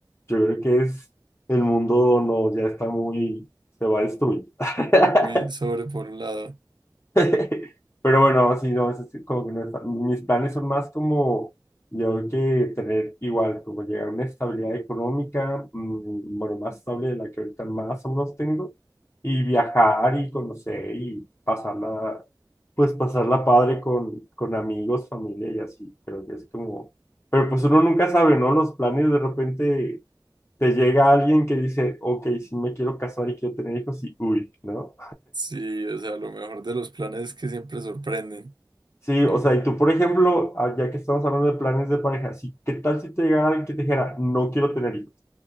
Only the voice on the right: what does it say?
Muy sobre por un lado.
Sí, o sea, lo mejor de los planes es que siempre sorprenden.
¿no?